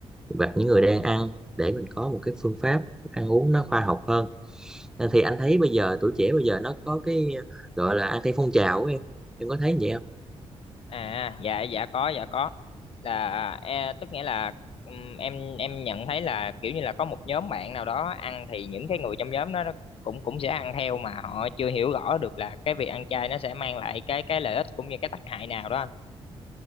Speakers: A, in the centre; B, on the left.
A: và những người đang ăn để mình có một cái phương pháp ăn uống nó khoa học hơn À, thì anh thấy bây giờ tuổi trẻ bây giờ nó có cái à, gọi là ăn theo phong trào của em em có thấy vậy không
B: À dạ dạ có dạ có là à, e, tức nghĩa là ừm, em em nhận thấy là kiểu như là có một nhóm bạn nào đó ăn thì những cái người trong nhóm đó nó cũng cũng sẽ ăn theo mà họ chưa hiểu rõ được là cái việc ăn chay nó sẽ mang lại cái cái lợi ích cũng như cái tác hại nào đó anh.